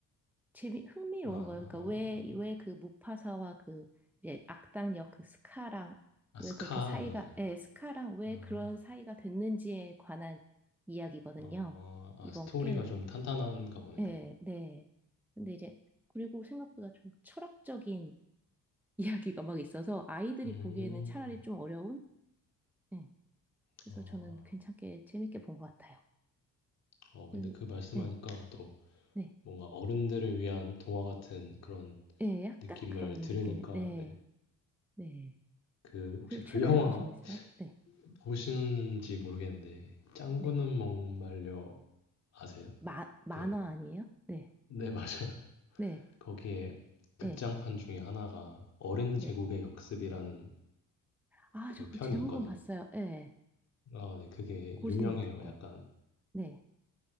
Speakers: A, in the centre; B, on the left.
A: 재미, 흥미로운
B: 아, 아
A: 거예요. 그러니까 왜, 왜 그 무파사와 그 이제 악당 역그 스카랑
B: 아,
A: 왜
B: 스카
A: 그렇게 사이가,
B: 네네.
A: 예, 스카랑 왜
B: 아,
A: 그런 사이가 됐는지에 관한 이야기거든요.
B: 어, 아
A: 이번
B: 스토리가
A: 게.
B: 좀 탄탄한가 보네요.
A: 예, 네. 근데 이제, 그리고 생각보다 좀 철학적인 <laughs> 이야기가 막 있어서 아이들이
B: 음,
A: 보기에는 차라리 좀 어려운? 예. 그래서
B: 아,
A: 저는 괜찮게 재밌게 본 것 같아요.
B: 어 근데
A: 그,
B: 그 말씀하니까
A: 네,
B: 또
A: 네,
B: 뭔가 어른들을 위한 동화 같은 그런
A: 네, 약간
B: 느낌을
A: 그런
B: 들으니까
A: 느낌이, 네,
B: 네.
A: 네.
B: 그 혹시
A: 그
B: 그
A: 최근에
B: 영화
A: 보신 거 있어요? 네,
B: 보시는지 모르겠는데 짱구는
A: 네.
B: 목말려 아세요?
A: 마, 만화
B: 그
A: 아니에요? 네,
B: 네, 맞아요. <laughs>
A: 네,
B: 거기에 극장판
A: 네,
B: 중에 하나가 어른
A: 네.
B: 제국의 역습이라는
A: 아,
B: 그
A: 저 그
B: 편이
A: 제목은
B: 있거든요.
A: 봤어요. 네,
B: 아, 네. 그게
A: 보지는
B: 유명해요.
A: 못했고,
B: 약간
A: 네,